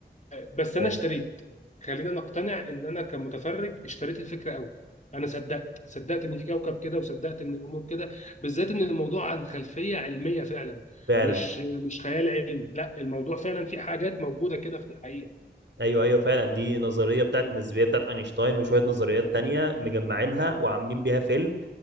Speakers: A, on the left (about 40°); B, on the right (about 90°).
A: بس
B: فعلا
A: انا اشتريت خلينا نقتنع ان انا كمتفرج اشتريت الفكره قوي انا صدقت صدقت ان في كوكب كده وصدقت ان الامور كده بالذات ان الموضوع عن خلفيه علميه فعلا
B: فعلاً.
A: مش مش خيال علمي لا الموضوع فعلا في حاجات موجوده كده في الحقيقه
B: ايوه ايوه فعلا دي نظريه بتاعت
A: مم.
B: النسبيه بتاعت اينشتاين وشويه نظريات تانية مجمعينها
A: مم.
B: وعاملين بيها فيلم